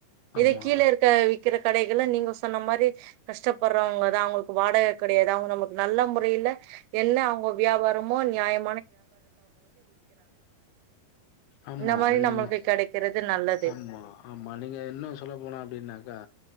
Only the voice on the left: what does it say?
ஆமா
ஆமா
அது
நீங்க
ஆமா ஆமா நீங்க இன்னு சொல்ல போனா அப்டின்னாக்கா